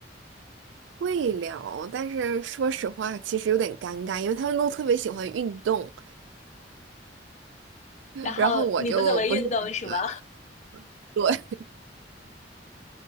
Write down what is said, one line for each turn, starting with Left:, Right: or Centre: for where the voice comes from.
Right: 会聊，但是说实话，其实有点尴尬，因为他们都特别喜欢运动，
Left: 然后你不怎么运动是吗？
Right: 然后我就不是很 <laughs> 对，